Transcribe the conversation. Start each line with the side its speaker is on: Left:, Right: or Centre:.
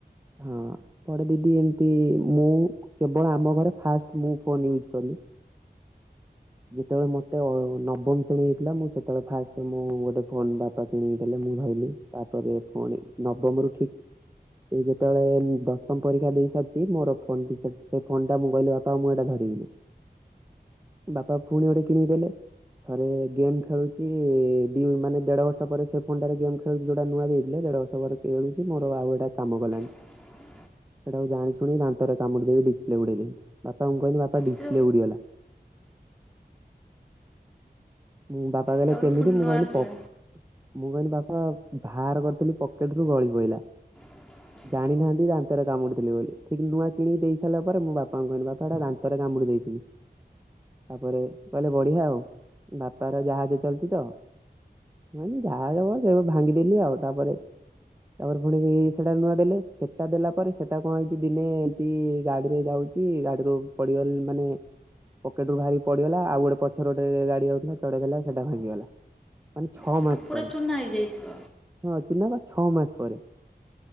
Right: ହଁ ଥରେ ଦିଦି ଏମତି ମୁଁ କେବଳ ଆମ ଘରେ ଫାଷ୍ଟ ମୁଁ ଫୋନ ୟୁଜ୍ କଲି। ଯେତେବେଳେ ମତେ ଅ ନବମ ଶ୍ରେଣୀ ହେଇଥିଲା ମୁଁ ସେତେବେଳେ ଫାଷ୍ଟ ମୁଁ ଗୋଟେ ଫୋନ ବାପା କିଣିକି ଦେଲେ ମୁଁ ଧଇଲି। ତାପରେ ଫୁଣି ନବମରୁ ଠିକ୍ ଏଇ ଯେତେବେଳେ ଦଶମ ପରୀକ୍ଷା ଦେଇ ସାରଚି ମୋର ଫୋନ ବି ସେ ସେ ଫୋନଟା ମୁଁ କହିଲି ବାପା ଆଉ ମୁଁ ଏଟା ଧରିବିନି। ବାପା ଫୁଣି ଗୋଟେ କିଣିକି ଦେଲେ। ଥରେ ଗେମ୍ ଖେଳୁଚି ଦି ମାନେ ଦେଢ ବର୍ଷ ପରେ ସେ ଫୋନଟାରେ ଗେମ୍ ଖେଳୁଚି ଯୋଉଟା ନୂଆ ଦେଇଥିଲେ ଦେଢ ବର୍ଷ ର୍ଷ ପରେ କିଣୁଚି ମୋର ଆଉ ଏଇଟା କାମ କଲାନି।
Centre: <inaudible>
Right: ସେଇଟାକୁ ଜାଣିଶୁଣି ଦାନ୍ତରେ କାମୁଡି ଦେଇକି ଡିସ୍ଲେ ଉଡ଼େଇଦେଲି ବାପାଙ୍କୁ କହିଲି ବାପ ଡିସପ୍ଲେ
Centre: ସେ
Right: ଉଡ଼ିଗଲା। ମୁଁ ବାପା କହିଲେ
Centre: ତାପରେ
Right: କେମିତି
Centre: ପୁଣି
Right: ମୁଁ
Centre: ନ
Right: କହିଲି
Centre: ଆସିଲା
Right: ପପ୍ ମୁଁ କହିଲି ବାପା ଭାର କରୁଥିଲି ପକେଟରୁ ଗଳିପଇଲା।
Centre: ଁ <inaudible>
Right: ଜାଣିନାହାନ୍ତି ଦାନ୍ତରେ କାମୁଡ଼ିଥିଲି ବୋଲି ସେ କିନ୍ତୁ ନୂଆ କିଣିକି ଦେଇସାରଲା ପରେ ମୃ ବାପାଙ୍କୁ କହିଲି ବାପା ହେଟା ଦାନ୍ତରେ କାମୁଡ଼ି ଦେଇଥିଲି। ତାପରେ କହିଲେ ବଢିଆ ଆଉ ବାପାର ଜାହାଜ ଚାଲୁଚି ତ। ନାଇଁ ଯାହାଜ କ ସେପା ଭାଙ୍ଗିଦେଲି ଆଉ ତାପରେ ତାପରେ ପୁଣି <unintelligible> ସେଟା ନୂଆ ଦେଲେ ସେଟା ଦେଲା ପରେ ସେଟା କଣ ହେଇଚି ଦିନେ ଏମତି ଗାଡିରେ ଯାଉ ଚି ଗାଡିରୁ ପଡିଗଲେ ମାନେ ପକେଟରୁ ଭାରିକି ପଡିଗଲା ଆଉ ଗୋଟେ ପଛରେ ଗୋଟେ ଗାଡି ଯାଉଥିଲା ଚେଢେଇଦେଲା ସେଟା ଭାଙ୍ଗିଗଲା। ମାନେ ଛଅ
Centre: ସେ
Right: ମାସ
Centre: ତ ପୁରା
Right: ପରେ
Centre: ଚୂନା ହେଇଯାଇଥିବ
Right: ହଁ ଚୁନା ପା ଛଅ ମାସ ପରେ।